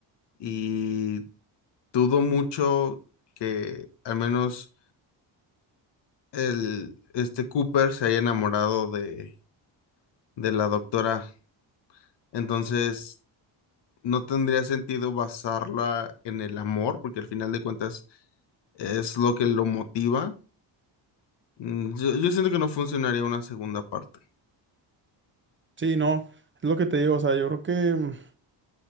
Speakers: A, on the left; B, on the right.
A: y dudo mucho que al menos el, este Cooper se haya enamorado de, de la doctora Entonces, no tendría sentido basarla en el amor, porque al final de cuentas es lo que lo motiva. Mm, Yo, yo siento que no funcionaría una segunda parte.
B: Sí, no, es lo que te digo, o sea, yo creo que mm,